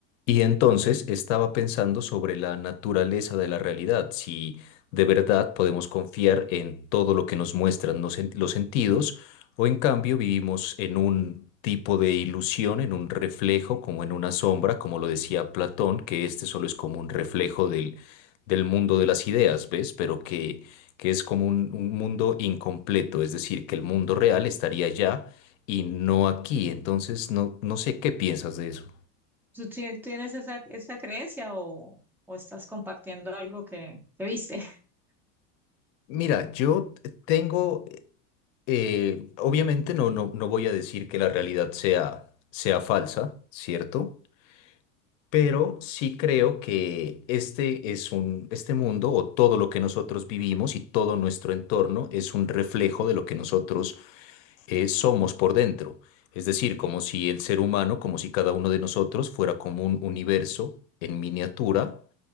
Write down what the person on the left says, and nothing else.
Y entonces estaba pensando sobre la naturaleza de la realidad, si de verdad podemos confiar en todo lo que nos muestran los, sen- los sentidos o en cambio vivimos en un tipo de ilusión, en un reflejo, como en una sombra, como lo decía Platón, que este solo es como un reflejo del, del mundo de las ideas, ¿ves? Pero que, que es como un, un mundo incompleto, es decir, que el mundo real estaría allá y no aquí. Entonces, no, no sé qué piensas de eso.
Mira, yo tengo, eh, obviamente no, no, no voy a decir que la realidad sea, sea falsa, ¿cierto? Pero sí creo que este es un, este mundo o todo lo que nosotros vivimos y todo nuestro entorno es un reflejo de lo que nosotros eh, somos por dentro. Es decir, como si el ser humano, como si cada uno de nosotros fuera como un universo en miniatura